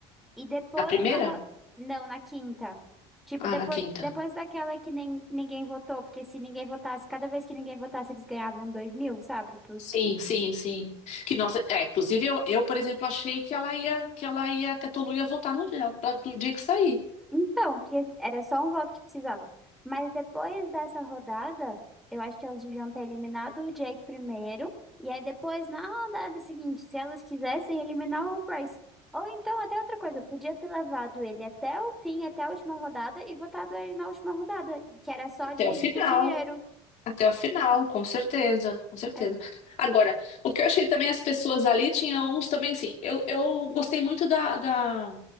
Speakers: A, in the centre; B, on the left (about 55°).
A: e depois
B: Na primeira?
A: na, ro- não, na quinta. Tipo,
B: Ah,
A: depois,
B: na quinta.
A: depois daquela que nem, ninguém votou, porque se ninguém votasse, cada vez que ninguém votasse, eles ganhavam dois mil, sabe?
B: Sim, sim, sim. Que nós, é, inclusive eu, eu, por exemplo, achei que ela ia, que ela ia, que a Tolu ia voltar no dia, pra- do dia que sair.
A: Então, porque era só um voto que precisava. Mas depois dessa rodada, eu acho que elas deviam ter eliminado o Jake primeiro. E aí depois, na rodada seguinte, se elas quisessem eliminar o Bryce. Ou então, até outra coisa, podia ter levado ele até o fim, até a última rodada, e votado ele na última rodada, que era só
B: Até
A: de dividir
B: o final.
A: o dinheiro.
B: Até o final, com certeza, com certeza.
A: É,
B: Agora, o que eu achei também, as pessoas ali tinham uns também, assim, eu, eu gostei muito da, da-